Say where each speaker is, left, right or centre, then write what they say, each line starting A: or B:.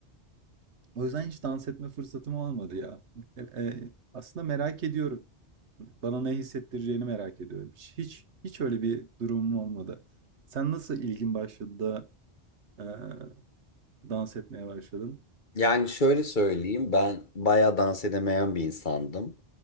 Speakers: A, on the right; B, on the left.
A: O yüzden hiç dans etme fırsatım olmadı ya. E, e, aslında merak ediyorum. Bana ne hissettireceğini merak ediyorum. Hiç hiç, hiç öyle bir durumum olmadı. Sen nasıl ilgin başladı da e, dans etmeye başladın?
B: Yani şöyle söyleyeyim ben bayağı dans edemeyen bir insandım.